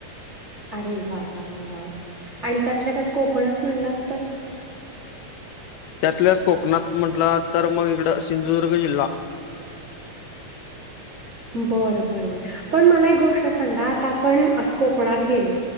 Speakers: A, on the right (about 65°); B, on the left (about 80°).
A: अरे वा वा वा वा वा आणि त्यातल्या त्यात कोकणात म्हणलात तर
B: त्यातल्या त्यात कोकणात म्हटला, तर मग इकड सिंधुदुर्ग जिल्हा
A: बर बरं बरं पण मला एक गोष्ट सांगा, आता आपण कोकणात गेलो